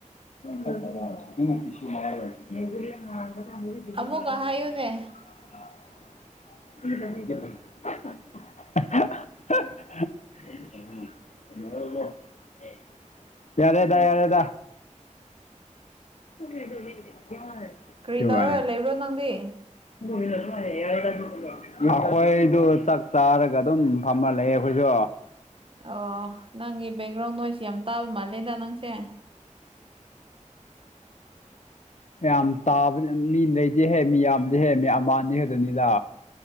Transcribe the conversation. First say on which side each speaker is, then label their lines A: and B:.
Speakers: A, on the left; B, on the right.
A: <unintelligible> <unintelligible>
B: ꯑꯃꯨꯛꯀ ꯍꯥꯏꯌꯨꯅꯦ
A: <inaudible> <unintelligible> ꯌꯥꯔꯦꯗ ꯌꯥꯔꯦꯗ꯫ <unintelligible>
B: ꯀꯔꯤꯇꯑꯣꯔꯒ
A: ꯋꯥꯅꯦ
B: ꯂꯩꯕ꯭ꯔꯣ ꯅꯪꯗꯤ꯫
A: <unintelligible> ꯑꯩꯈꯣꯏꯗꯨ ꯆꯥꯛ ꯆꯥꯔꯒ ꯑꯗꯨꯝ ꯐꯝꯃ ꯂꯩꯌꯦ ꯑꯩꯈꯣꯏꯁꯨ
B: ꯑꯣ ꯅꯪꯒꯤ ꯕꯦꯛꯒ꯭ꯔꯥꯎꯟ ꯅꯣꯏꯁ ꯌꯥꯝ ꯇꯥꯕ ꯃꯥꯜꯂꯦꯗ ꯅꯪꯁꯦ꯫
A: ꯌꯥꯝꯌꯥꯝ ꯇꯥꯕ ꯃꯤ ꯂꯩꯗꯤꯦꯍꯦ ꯃꯤ ꯌꯥꯝꯗꯦ ꯍꯦ ꯃꯤ ꯑꯃꯥ ꯑꯥꯟꯅꯤ ꯍꯦꯗꯅꯤꯗ꯫